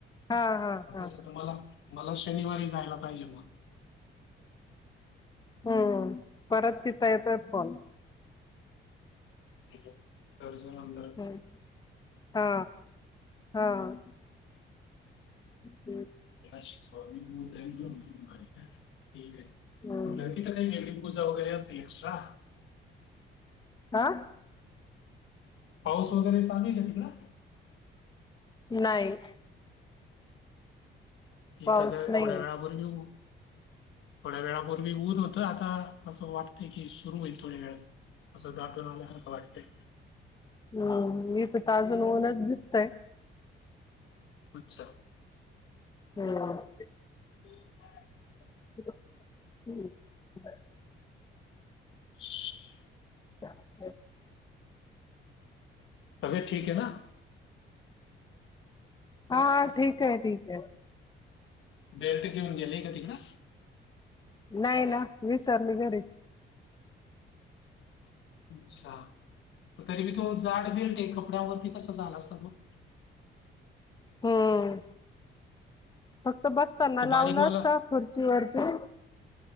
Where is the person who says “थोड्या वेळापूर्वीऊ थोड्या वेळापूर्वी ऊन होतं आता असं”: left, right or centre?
Left